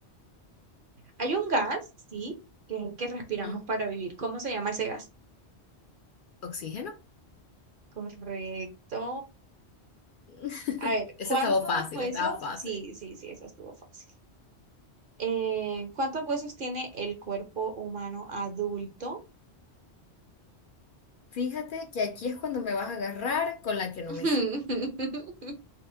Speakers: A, on the right; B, on the left.
A: hay un gas, sí, que es el que respiramos
B: Mm,
A: para vivir. ¿Cómo se llama ese gas?
B: ¿Oxígeno?
A: Correcto.
B: <laughs>
A: A ver, ¿cuántos
B: Ese estaba fácil,
A: huesos?
B: estaba fácil.
A: Sí, sí, sí, eso estuvo fácil. Eh, ¿cuántos huesos tiene el cuerpo humano adulto?
B: Fíjate que aquí es cuando me vas a agarrar con la que no
A: <laughs>
B: me sé.